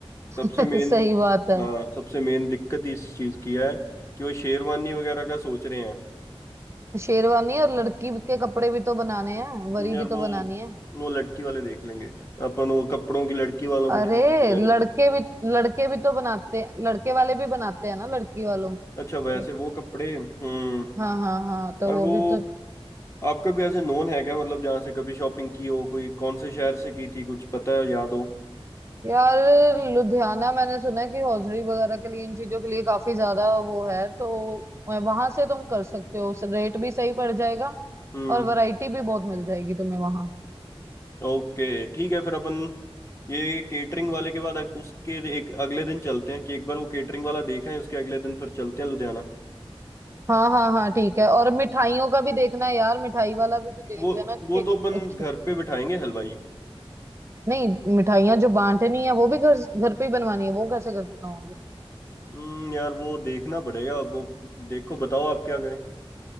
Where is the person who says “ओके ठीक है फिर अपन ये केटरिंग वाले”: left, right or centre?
Left